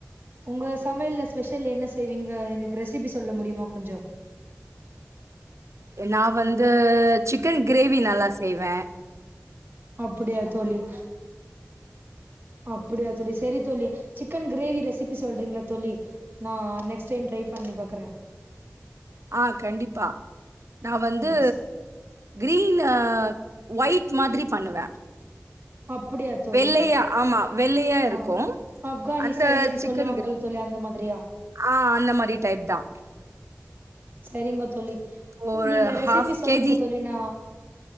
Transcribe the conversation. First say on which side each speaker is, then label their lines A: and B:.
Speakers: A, on the right (about 40°); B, on the right (about 60°).
A: உங்க சமையல ஸ்பெஷல் என்ன செய்வீங்க எனக்கு ரெசிபி சொல்ல முடியுமா கொஞ்சம்.
B: நா வந்து சிக்கன் கிரேவி நல்லா செய்வே.
A: அப்படியா தோழி. அப்படியா தோழி சேரி தோழி சிக்கன் கிரேவி ரெசிபி சொல்றீங்களா தோழி நா நெக்ஸ்ட் டைம் ட்ரை பண்ணி பாக்கற.
B: ஆஹ் கண்டிப்பா. நா வந்து
A: ம்
B: கிரீன்லா. ஒயிட் மாதிரி பண்ணுவ.
A: அப்படியா தோழி
B: வெள்ளையா ஆமா வெள்ளையா
A: ஆ
B: இருக்கும்
A: ஆப்கானி
B: அந்த
A: ஸ்டைல்ன்னு
B: சிக்கன்
A: சொல்லுவாங்கல்ல
B: கிர
A: தோழி அந்த மாதிரியா
B: ஆஹ் அந்த மாதிரி டைப் தா
A: சரிங்க தோழி
B: ஒரு
A: நீங்க ரெசிபி சொல்லுங்க
B: கேஜி
A: தோழி நா